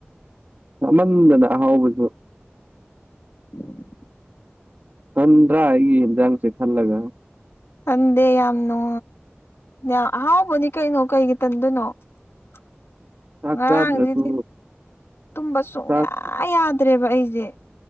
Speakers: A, on the right; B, on the left.
A: ꯆꯃꯟꯕꯗ ꯑꯍꯥꯎꯕꯁꯨ
B: ꯎꯝ
A: ꯇꯟꯗ꯭ꯔꯥ ꯑꯩꯒꯤ ꯌꯦꯟꯖꯥꯡꯁꯦ ꯈꯜꯂꯒ
B: ꯇꯟꯗꯦ ꯌꯥꯝ ꯅꯨ ꯌꯥꯝ ꯍꯥꯎꯕꯅꯤ ꯀꯩꯅꯣ ꯀꯩꯒꯤ ꯇꯟꯗꯨꯣꯏꯅꯣ <inaudible>
A: ꯆꯥꯛ
B: ꯉꯔꯥꯡꯁꯤꯗꯤ
A: ꯆꯥꯗ꯭ꯔꯁꯨ
B: ꯇꯨꯝꯕ ꯁꯨꯡꯌꯥ
A: ꯆꯥꯛ
B: ꯌꯥꯗ꯭ꯔꯦꯕ ꯑꯩꯁꯦ